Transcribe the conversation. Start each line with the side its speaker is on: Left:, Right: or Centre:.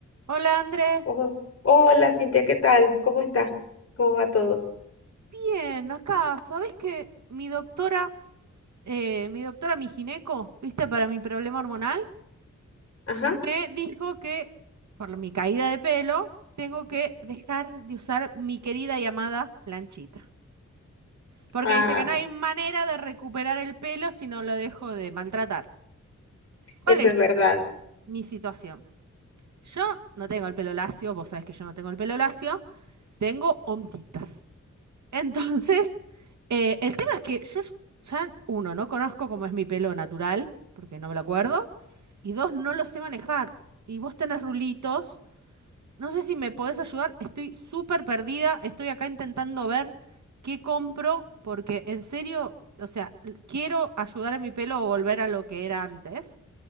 Right: Hola Andrés,
Left: Ojo. Hola, Cintia, ¿qué tal? ¿Cómo estás? ¿Cómo va todo?
Right: bien, acá, ¿sabés que mi doctora, eh, mi doctora, mi gineco, viste, para mi problema hormonal,
Left: Ajá.
Right: me dijo que por mi caída de pelo tengo que dejar de usar mi querida y amada planchita? Porque
Left: Ah,
Right: dice que no hay manera de recuperar el pelo si no lo dejo de maltratar.
Left: eso
Right: ¿Cuál es
Left: es verdad.
Right: mi situación? Yo no tengo el pelo lacio, vos sabés que yo no tengo el pelo lacio, tengo onditas. Entonces, eh, el tema es que yo ya, uno, no conozco cómo es mi pelo natural, porque no me lo acuerdo, y dos, no lo sé manejar. Y vos tenés rulitos, no sé si me podés ayudar, estoy súper perdida, estoy acá intentando ver qué compro, porque en serio, o sea, l- quiero ayudar a mi pelo a volver a lo que era antes,